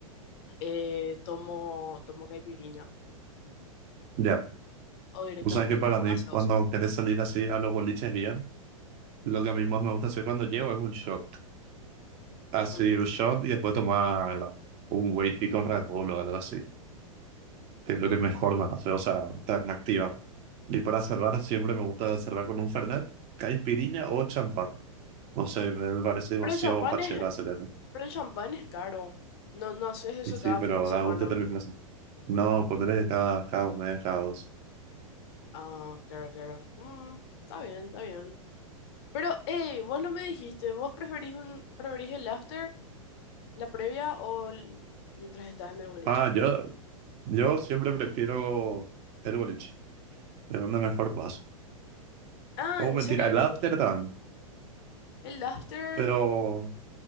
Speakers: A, on the left; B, on the right.
A: eh, tomo, tomo caipirinha
B: Ya.
A: o directamente
B: O sea, que para
A: tomo
B: mí,
A: gaseosa.
B: cuando querés salir así a los boliches bien, lo que
A: Ujú,
B: a mí más me gusta hacer cuando llego es un shot. Así,
A: ujú.
B: un shot y después tomar un whisky con Red Bull o algo así. Es lo que mejor me hace, o sea, tan activa. Y para cerrar, siempre me gusta cerrar con un Fernet, caipirinha o champán. No sé, me me parece demasiado
A: Pero el champán
B: pacheco
A: es
B: hacer eso.
A: Pero el champán es caro. No, no haces eso
B: Y sí,
A: cada
B: pero
A: fin de semana.
B: da gusto terminar así. No, ponerle cada, cada uno, cada dos.
A: Ah, claro, claro. Mm, está bien, está bien. Pero, hey, vos no me dijiste, ¿vos preferís un, preferís el after, la previa o el- mientras estás en el boliche?
B: Ah, yo, yo siempre prefiero el boliche. Es una mejor paso.
A: Ah,
B: O
A: en
B: mentira,
A: serio,
B: el
A: tú-
B: after también.
A: el after,
B: Pero